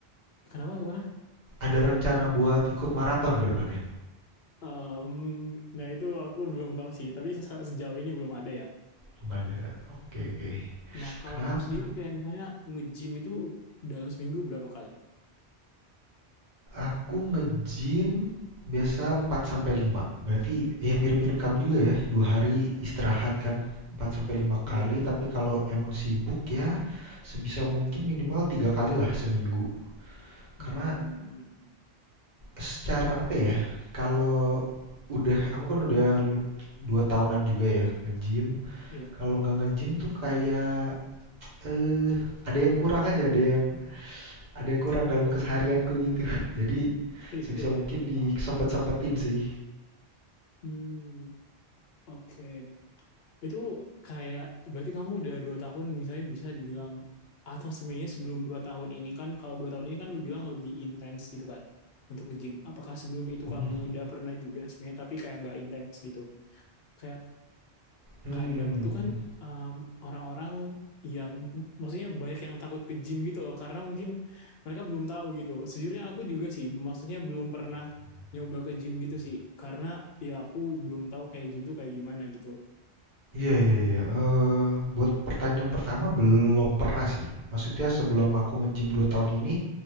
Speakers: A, on the left; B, on the right.
A: kenapa gimana?
B: ada rencana buat ikut maraton ke depannya?
A: Mmm, nah itu aku belum tahu sih, tapi se sejauh ini belum ada ya.
B: Belum ada. Oke, oke.
A: Nah
B: Kenapa?
A: kalau kamu sendiri kayak misalnya nge-gym itu dalam seminggu berapa kali?
B: Aku nge-gym biasa 4 sampai 5. Berarti ya mirip-mirip kamu juga ya. Dua hari
A: Iya
B: istirahat
A: ya.
B: kan 4 sampai 5 kali,
A: Iya ya.
B: tapi kalau emang sibuk ya sebisa mungkin minimal tiga kali lah seminggu. Karena
A: Mmm,
B: Secara apa ya, kalau udah aku kan udah lu 2 tahunan juga ya nge-gym,
A: iya.
B: kalau
A: <laughs>
B: nggak nge-gym tuh kayak, eee, ada yang kurang aja, ada yang ada yang kurang dalam keseharianku gitu. <laughs> Jadi sebisa
A: Iya iya
B: mungkin
A: iya,
B: disempet-sempetin
A: paham, pak.
B: sih.
A: hmm oke. Itu kayak berarti kamu udah 2 tahun misalnya bisa dibilang atau sebenarnya sebelum 2 tahun ini kan kalau dua tahun ini kan lu bilang lebih intens gitu kan untuk nge-gym. Apakah sebelum itu
B: Mhm.
A: kamu udah pernah juga sebenarnya tapi kayak nggak intens gitu? Kayak
B: Mmm,
A: kadang tuh
B: hmm
A: kan um, orang-orang yang maksudnya banyak yang takut ke gym gitu loh karena mungkin mereka belum tahu gitu. Sejujurnya aku juga sih maksudnya belum pernah nyoba ke gym gitu sih karena ya aku belum tahu kayak gym tuh kayak gimana gitu.
B: Iya iya iya, eee, buat pertanyaan pertama belum pernah sih. Maksudnya sebelum aku nge-gym 2 tahun ini,